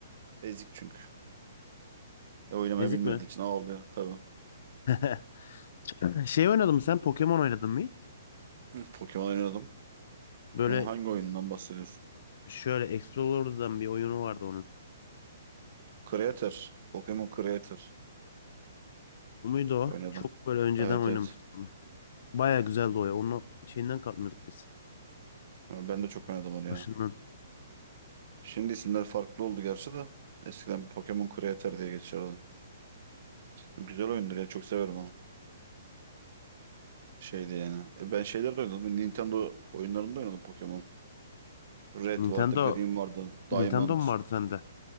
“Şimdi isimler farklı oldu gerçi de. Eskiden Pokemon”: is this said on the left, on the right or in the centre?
Right